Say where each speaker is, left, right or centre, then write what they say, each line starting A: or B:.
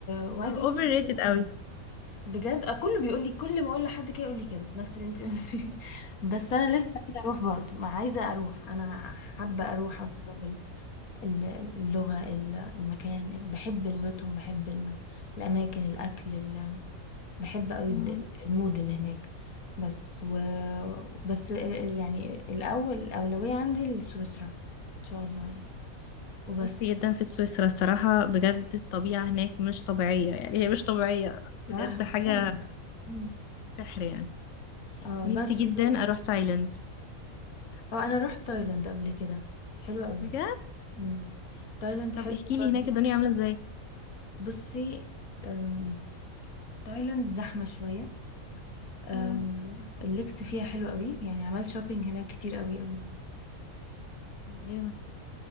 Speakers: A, on the left; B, on the left.
A: وعايزه اروح
B: اوفر
A: تركيا
B: ريتد قوي
A: تاني. بجد آه، كله بيقول لي كل ما اقول لحد كده يقول لي كده نفس اللي انت قلتيه <laughs> بس انا لسه عايزه اروح برضو ما عايزه اروح انا حابه اروح أجرب ال- اللغة ال- المكان بحب لغتهم بحب الم... الأماكن الأكل ال... بحب أوي
B: اه
A: الد- المود اللي هناك بس و... بس ال- يعني الأول الأولوية عندي لسويسرا إن شاء الله يعني وبس
B: مت جدا في سويسرا الصراحة بجد الطبيعة هناك مش طبيعية يعني هي مش طبيعية
A: صح
B: بجد حاجة
A: مم.
B: سحر يعني
A: اه
B: ونفسي
A: بس
B: جدا
A: و-
B: أروح تايلاند
A: اه أنا رحت تايلاند قبل كده حلو أوي
B: بجد
A: مم. تايلاند
B: طب
A: حلو
B: احكي لي
A: برضه
B: هناك الدنيا عاملة ازاي
A: بصي أم، تايلاند زحمة شوية آه،
B: مم.
A: اللبس فيها حلو قوي يعني عملت شوبينج هناك كتير قوي قوي
B: طب جامد